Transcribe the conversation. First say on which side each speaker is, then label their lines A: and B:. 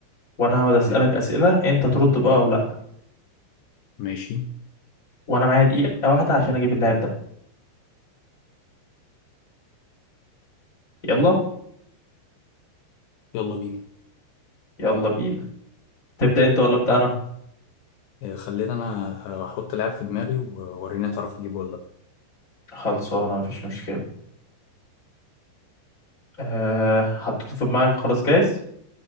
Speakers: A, on the left (about 20°); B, on the left (about 80°).
A: وانا هقعد اسألك
B: م-
A: اسئلة انت ترد بقى او لا
B: ماشي
A: وانا معايا دقيقة واحدة عشان اجيب اللاعب ده يلا
B: يلا بينا
A: يلا بينا تبدأ انت ولا ابدأ انا
B: إيه خلينا أنا هحط لاعب في دماغي ووريني تعرف تجيبه ولا لأ
A: خلصانة مفيش مشكلة أه حطيته في دماغك خلاص جايز